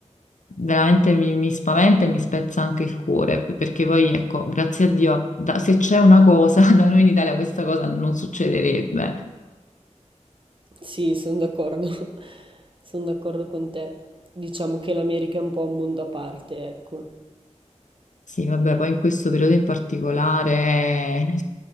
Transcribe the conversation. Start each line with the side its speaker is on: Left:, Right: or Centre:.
Left: veramente mi, mi spaventa e mi spezza anche il cuore, p- perché poi ecco, grazie a Dio, da- se c'è una cosa, <laughs> da noi in Italia questa cosa non succederebbe.
Right: Sì, sono d'accordo, <laughs> sono d'accordo con te. Diciamo che l'America è un po' un mondo a parte, ecco.
Left: Sì, vabbè, poi in questo periodo in particolare... <laughs>